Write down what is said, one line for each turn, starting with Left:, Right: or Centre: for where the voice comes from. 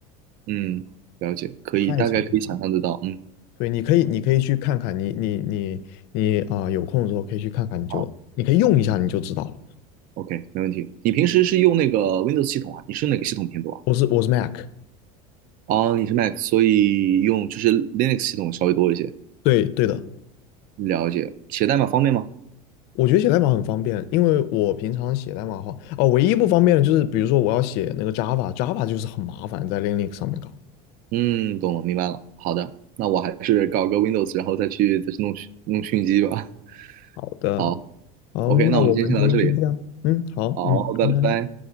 Right: 嗯，了解，可以，
Left: 太强了吧。
Right: 大概可以想象得到，嗯，
Left: 对，你可以，你可以去看看，你你你你啊、有空的时候可以去看看，你就你可以用一下，
Right: 好
Left: 你就知道了。
Right: ，OK，没问题。你平时是用那个 Windows 系统啊？你是哪个系统偏多啊？
Left: 我是我是 Mac，
Right: 哦，你是 Mac，所以用就是 Linux 系统稍微多一些，
Left: 对对的，
Right: 了解。写代码方便吗？
Left: 我觉得写代码很方便，因为我平常写代码的话，哦，唯一不方便的就是比如说我要写那个 Java，Java 就是很麻烦，在 Linux 上面搞。
Right: 嗯，懂了，明白了。好的，那我还是搞个 Windows，然后再去再去弄弄讯机吧。
Left: 好的，
Right: 好
Left: 好，
Right: ，OK，
Left: 那我们今天先这样，
Right: 那我们今天先聊到这里。
Left: 嗯，好，
Right: 好，
Left: 嗯，
Right: 拜拜。
Left: 拜拜。